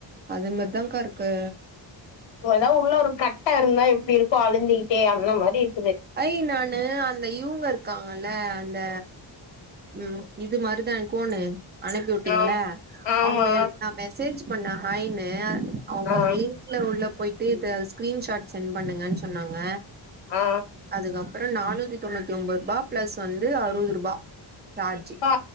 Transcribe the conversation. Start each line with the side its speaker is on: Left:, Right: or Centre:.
Right: அது மாரிதாங்க்கா இருக்கு
Left: ஏதா உள்ள ஒரு கட்ட இருந்தா எப்டி இருக்கு அழுந்திகிட்டே அந்த மாரி இரு
Right: ஐ நானு அந்த இவங்க இருக்காங்கல அந்த ம் இது மாரிதா கோணு அனுப்பி வுட்டிங்களா
Left: ஆம் ஆமா
Right: அவங்க நா மெசேஜ் பண்ணே ஹாய்னு அவங்க
Left: ஆ
Right: ஒரு லிங்க்ல உள்ள போயிட்டு இத ஸ்கிரீன் ஷாட் சென்ட் பண்ணுங்கன் சொன்னாங்க
Left: ஆ
Right: அதுக்கப்புற நானூத்தி தொண்ணூத்தி ஒம்போது ருவா பிளஸ் வந்து அறுபது ருபா சார்ஜு
Left: பா